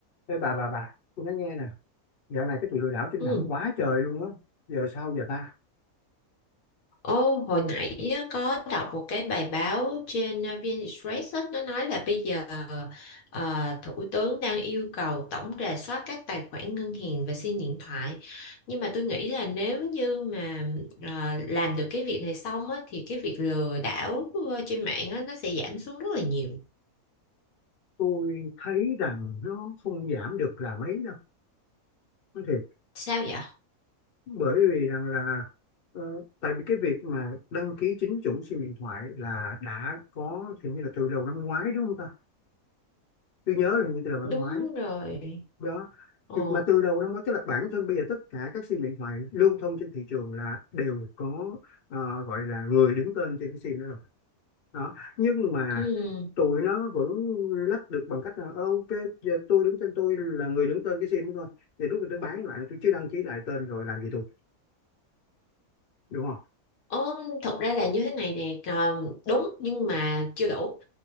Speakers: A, on the left (about 45°); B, on the left (about 75°).
A: Ê bà bà bà, tôi nói nghe nè, dạo này cái tụi lừa đảo trên
B: Ừ.
A: mạng quá trời luôn á, giờ sao giờ ta?
B: Ô, hồi nãy á, có đọc một cái bài báo trên à, VnExpress á, nó nói là bây giờ à, Thủ tướng đang yêu cầu tổng rà soát các tài khoản ngân hàng và SIM điện thoại. Nhưng mà tôi nghĩ là nếu như mà à, làm được cái việc này xong á, thì cái việc lừa đảo ờ, trên mạng á, nó sẽ giảm xuống rất là nhiều.
A: Tôi thấy rằng nó không giảm được là mấy đâu, nói thiệt,
B: Sao vậy?
A: bởi vì rằng là ờ, tại vì cái việc mà đăng ký chính chủ SIM điện thoại là đã có thì như là từ đầu năm ngoái đúng không ta? Tôi nhớ là như từ đầu năm
B: Đúng
A: ngoái
B: rồi.
A: đó.
B: Ồ.
A: Thì Mà từ đầu năm ngoái tức là bản thân bây giờ tất cả các SIM điện thoại lưu thông trên thị trường là đều có ờ, gọi là người đứng tên trên cái SIM đó rồi đó nhưng mà
B: Ừ.
A: tụi nó vẫn lách được bằng cách là "Ờ, ok giờ tôi đứng tên tôi là người đứng tên cái sim đó thôi thì lúc mà tôi bán lại tôi chỉ đăng ký lại tên rồi làm gì tôi đúng không
B: Ồ, thật ra là như thế này nè, ờ, đúng nhưng mà chưa đủ.